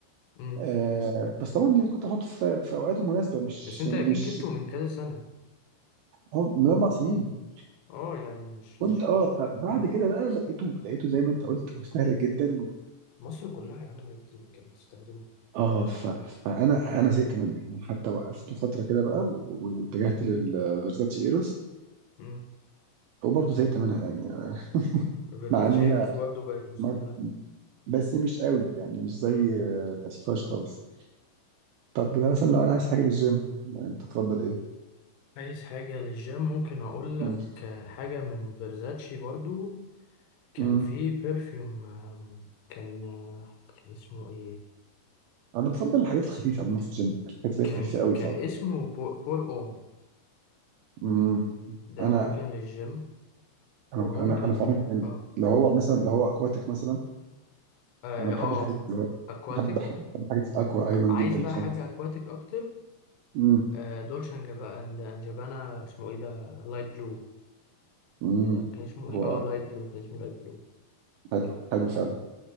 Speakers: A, on the left; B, on the right.
A: مم.
B: آه بس طبعا يعني كنت بحطه في في اوقاته مناسبة مش
A: بس انت
B: مش
A: اكيد جبته من كذا سنة
B: هو من اربع سنين
A: اه يعني مش
B: كنت
A: مش
B: اه فبعد
A: مم.
B: كده بقى لقيته لقيته زي ما انت قلت مستهلك جدا
A: مصر كلها يا عم بقت- كانت بتستخدمه
B: اه ف... فانا انا زهقت منه يعني حتى وقفته فتره كده بقى و... و- واتجهت للفيرزاتشي ايروس
A: مم.
B: وبرضه زهقت منها يعني <laughs>
A: وفيرزاتشي
B: مع ان هي
A: ايروز برضو بقت مستهلكة
B: ما... بس مش قوي يعني مش زي
A: مم.
B: آه، سفاش خالص طب ده مثلا لو انا عايز حاجه للجيم انت تفضل ايه؟
A: عايز حاجة للجيم ممكن أقول لك
B: مم.
A: حاجة من فيرزاتشي برضو كان
B: مم.
A: في بيرفيوم آم، كان آه، كان اسمه ايه
B: انا بفضل الحاجات الخفيفه عموما في الجيم الحاجات اللي
A: كان
B: هي الخفيفه قوي
A: كان
B: فعلا
A: اسمه بو- بور اوم
B: مم.
A: ده
B: انا
A: ممكن للجيم
B: انا
A: وممكن
B: انا انا فعلا يعني
A: اه
B: لو هو مثلا لو هو اكواتيك مثلا
A: اه,
B: انا بحب
A: آه.
B: الحاجات اللي هو
A: اكواتيك
B: بحب بحب بحب الحاجات الاكوا ايوان
A: عايز
B: جدا
A: بقى
B: فعلا
A: حاجة اكواتيك اكتر
B: مم.
A: آه، دولشنجا بقى عند انجبانا اسمه ايه ده لايت بلو
B: امم
A: لا كان اسمه
B: هو
A: ايه اه لايت بلو كان اسمه لايت بلو
B: حلو حلو فعلا